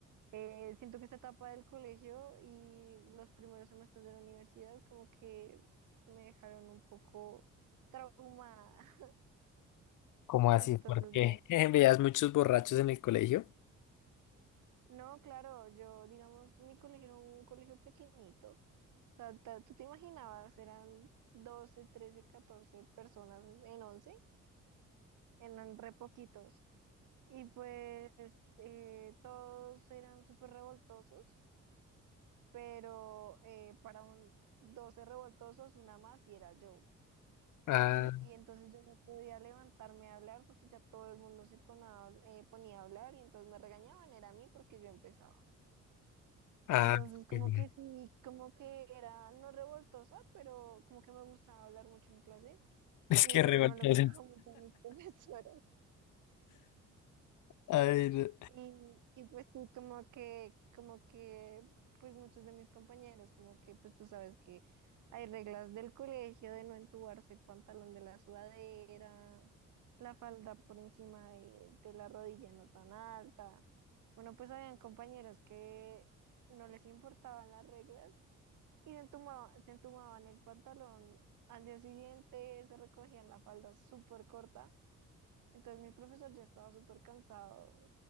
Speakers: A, on the right (about 80°); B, on the left (about 80°).
A: eh, siento que esta etapa del colegio y los primeros semestres de la universidad como que me dejaron un poco traumada. <laughs>
B: ¿Cómo así?
A: Entonces
B: ¿Por qué?
A: no,
B: <laughs> ¿Veías muchos borrachos en el colegio?
A: no, claro, yo digamos, mi colegio era un colegio pequeñito. O sea, ta- tú te imaginabas, eran 12 13 14 personas en once eran re poquitos. Y pues eh, todos eran súper revoltosos, pero eh, para un 12 revoltosos, una más y era yo.
B: Ah,
A: Y, y entonces yo no podía levantarme a hablar porque ya todo el mundo se ponía, eh, ponía a hablar y entonces me regañaban, era a mí porque yo empezaba.
B: ah,
A: Entonces como
B: qué bien.
A: que sí, como que era no revoltosa, pero como que me gustaba hablar mucho en clase
B: <laughs> Es
A: y
B: que
A: eso
B: revoltoso.
A: no le gustaba mucho a mis <laughs> profesoras.
B: Ay, no.
A: Y, y pues sí, como que, como que, pues muchos de mis compañeros, como que, pues tú sabes que hay reglas del colegio de no entubarse el pantalón de la sudadera, la falda por encima de, de la rodilla no tan alta. Bueno, pues habían compañeros que no les importaban las reglas y se entuma- se entumaban el pantalón. Al día siguiente se recogían la falda súper corta entonces mi profesor ya estaba súper cansado,